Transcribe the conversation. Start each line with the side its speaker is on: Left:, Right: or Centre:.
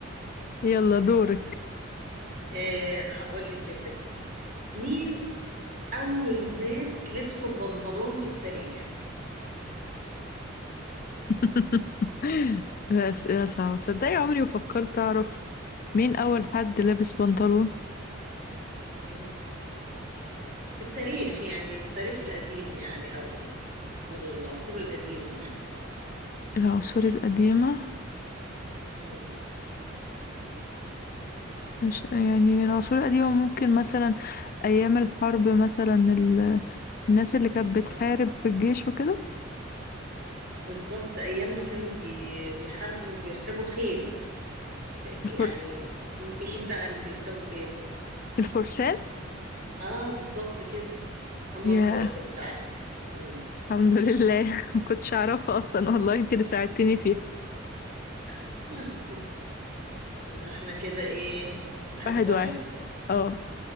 Left: يلا دورك
Right: مم. آه، هقول لك يا ستي مين اول ناس لبسوا البنطلون في التاريخ
Left: <laughs> ده أسئلة صعبة تصدقي عمري وفكرت أعرف مين أول حد لابس بنطلون
Right: مم. في التاريخ يعني التاريخ القديم يعني او من العصور القديمة يعني
Left: العصور القديمة
Right: مم.
Left: مش يعني العصور القديمة ممكن مثلا أيام الحرب مثلا ال... الناس اللي كانت بتحارب
Right: اه
Left: في الجيش وكده
Right: بالظبط أيام ما كانوا بي... بيحاربوا وبيركبوا خيل
Left: الفر...
Right: يعني مين بقى اللي بيركبوا خيل؟
Left: الفرسان
Right: اه بالظبط كده هم
Left: يا
Right: الفرس فعلا مم.
Left: الحمد لله <laughs> ما كنتش أعرفها أصلا والله أنت اللي ساعدتني فيها
Right: <laughs> آه، يبقى احنا كده ايه واحد
Left: واحد
Right: واحد
Left: واحد اه